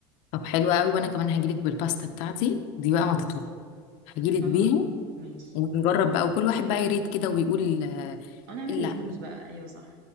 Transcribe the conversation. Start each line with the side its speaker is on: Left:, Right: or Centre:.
Left: طب حلو قوي وانا كمان هجيلك بالباستا بتاعتي دي
Right: خلاص
Left: بقى ما تطلب هجيلك
Right: خلاص
Left: بيها
Right: ماشي
Left: ونجرب بقى وكل واحد بقى يريت كده ويقول آه،
Right: هنعمل
Left: لا
Right: ريفيوز بقى ايوه صح